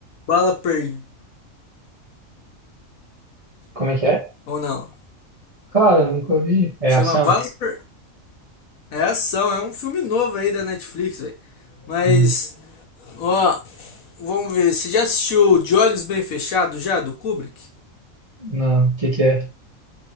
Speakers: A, on the left; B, on the right.
A: Bala Perdida?
B: Como é que é?
A: Ou não?
B: Cara, nunca vi. É
A: Chama
B: ação?
A: Bala Per... É ação, é um filme novo aí da Netflix, velho. Mas.
B: Uhum.
A: Ó, vamos ver. Você já assistiu De Olhos Bem Fechados já, do Kubrick?
B: Não, o que que é?